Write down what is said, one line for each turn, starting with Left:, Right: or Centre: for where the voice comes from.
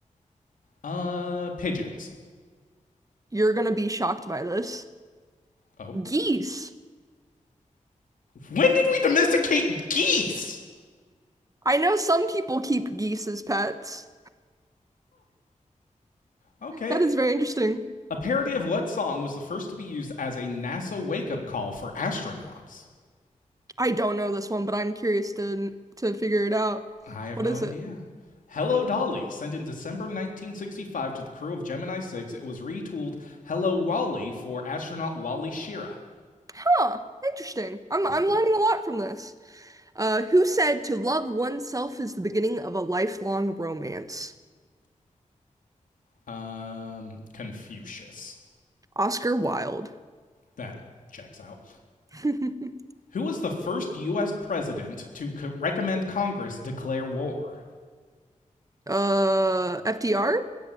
Left: Uh, pigeons.
Right: You're gonna be shocked by this.
Left: Oh,
Right: Geese.
Left: when did we domesticate geese?
Right: I know some people keep geese as pets.
Left: Okay,
Right: That is very interesting.
Left: A parody of what song was the first to be used as a NASA wake up call for astronauts?
Right: I don't know this one, but I'm curious to to figure it out.
Left: I have
Right: What
Left: no
Right: is
Left: idea.
Right: it?
Left: Hello Dolly, sent in December 1965 to the crew of Gemini 6, it was retooled Hello Wally for astronaut Wally Schirra.
Right: Huh, interesting. I'm
Left: Okay.
Right: I'm learning a lot from this. Uh, who said to love oneself is the beginning of a lifelong romance?
Left: Um, Confucius.
Right: Oscar Wilde.
Left: That checks out.
Right: <laughs>
Left: Who was the first U.S. president to co- recommend Congress declare war?
Right: Uh, FDR?